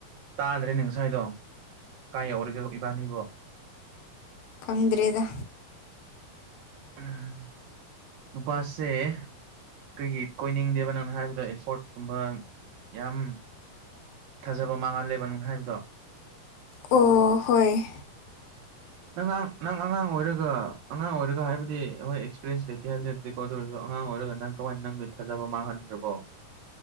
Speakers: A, on the right; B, on the left.
A: ꯇꯥꯗ꯭ꯔꯦꯅꯦ ꯉꯁꯥꯏꯗꯣ ꯀꯥꯏ ꯌꯧꯔꯒꯦ ꯏꯕꯥꯅꯤꯕꯣ
B: ꯈꯪꯗ꯭ꯔꯦꯗ
A: ꯑꯝ ꯅꯨꯄꯥꯁꯦ ꯀ꯭ꯔꯤꯒꯤ ꯀꯣꯏꯅꯤꯡꯗꯦꯕ ꯅꯪꯅ ꯍꯥꯏꯕꯗꯣ ꯑꯦꯐꯣꯔꯠꯀꯨꯝꯕ ꯌꯥꯝ ꯊꯥꯖꯕ ꯃꯥꯡꯍꯜꯂꯦꯕ ꯅꯪꯅ ꯍꯥꯏꯕꯗꯣ
B: ꯑꯣ ꯍꯣꯏ
A: ꯅꯪ ꯉꯥꯡ ꯅꯪ ꯑꯉꯥꯡ ꯑꯣꯏꯔꯒ ꯑꯉꯥꯡ ꯑꯣꯏꯔꯒ ꯍꯥꯏꯕꯗꯤ ꯍꯣꯏ ꯑꯦꯛꯁꯄꯤꯔꯦꯟꯁ ꯂꯩꯇꯦ ꯍꯥꯏꯕꯗꯤ ꯅꯠ ꯇꯦꯀꯣ ꯑꯗꯨ ꯑꯣꯏꯔꯖꯨ ꯑꯉꯥꯡ ꯑꯣꯏꯔꯒ ꯅꯪ ꯀꯃꯥꯏꯅ ꯅꯪꯒꯤ ꯊꯥꯖꯕ ꯃꯥꯡꯍꯟꯈ꯭ꯔꯕꯣ